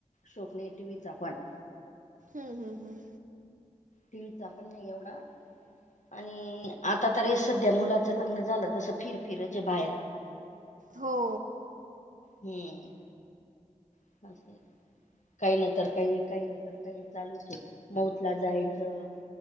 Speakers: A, on the left; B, on the right.
A: शैाक नाही टीव्हीचा पण.
B: हं, हं, हं.
A: टीव्हिचा पण नाही एवढा. आणि, आता तर हे सध्या मुलाचं लग्न झालं, तसं फिरफिरच आहे बाहेर.
B: हो.
A: हं. <unintelligible> काही नाहि तर काही, काहि नाही तर काही चालूचय. मऊत ला जायचं.